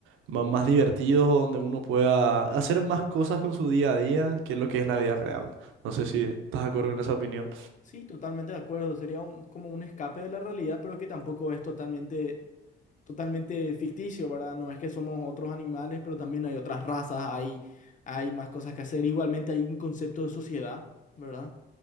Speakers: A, on the right; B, on the left.
A: más, más divertidos o donde uno pueda hacer más cosas con su día a día que lo que es la vida real. No sé si estás de acuerdo con esa opinión.
B: Sí, totalmente de acuerdo. Sería un- como un escape de la realidad, pero que tampoco es totalmente, totalmente ficticio, ¿verdad? No es que somos otros animales, pero también hay otras razas, hay, hay más cosas que hacer. Igualmente hay un concepto de sociedad, ¿verdad?